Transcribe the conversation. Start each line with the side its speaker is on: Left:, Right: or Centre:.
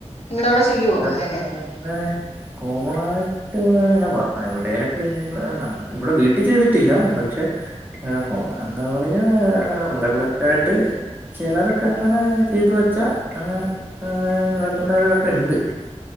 Left: നിങ്ങളുടെ അവിടെ ചെയ്യുവോ
Right: അതായത്
Left: അങ്ങനെയൊക്കെ
Right: ഇബടെ അങ്ങനെ കോമണായി ട്ട് ഇവ്ടെ അങ്ങനെ വ എവിടേലൊക്കെ ഇങ് നമ് ഇ ഇവിടെ വീട്ടി ചെയ്തിട്ടില്ല പക്ഷെ എഹ് ക്കോ എന്താ പറയാ അവിടെ ഇവിടെയൊക്കെ ആയിട്ട് ചെലതൊക്കെ അങ്ങനെ ചെയ്തു വെച്ചാ ആഹ് ആഹ്. അങ്ങനെ വെയ്ക്കുന്നവരൊക്കെ ഇണ്ട് <inaudible>